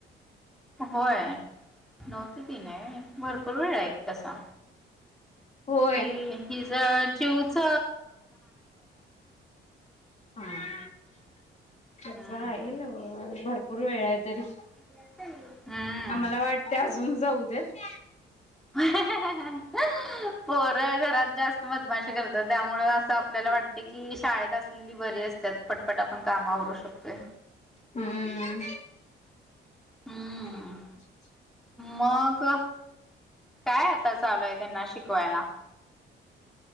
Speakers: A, in the centre; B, on the left (about 35°).
A: होय नऊ ते तीन आहे, भरपूर वेळ आहे की, कसा,
B: होय
A: मी हि, ज चिवच.
B: हा, <unintelligible>
A: त्यांना
B: भरपूर वेळ आहे, तरी
A: चांगलं हम्म
B: आम्हाला वाटते, अजून जाऊ देत.
A: <unintelligible> पोर घरात जास्त, बधमाशी करत, त्यामुळे असं आपल्याला वाटते की, शाळेत अस, ली बरी असतात पटपट, आपण कामावरू शकतो.
B: हम्म,
A: हम्म
B: <unintelligible>
A: मग काय आता, चालूय त्यांना शिकवायला.